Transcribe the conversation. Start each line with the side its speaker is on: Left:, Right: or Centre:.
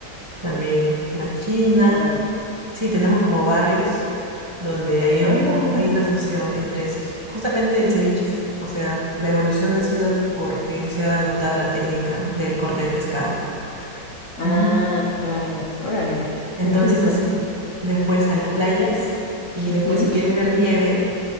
Right: también la china.
Left: Órale.
Right: Sí, tenemos como barrios donde ahí
Left: Ah,
Right: mismo
Left: mira.
Right: hay una fusión entre esos. Justamente el ceviche, es- o sea, la evolución ha sido porque se ha adoptado la técnica del corte de pescado.
Left: Ah,
Right: Ujú.
Left: claro. Órale.
Right: Entonces
Left: Qué interesante.
Right: así, después a las playas y después
Left: Ujú.
Right: si quieres ver nieve,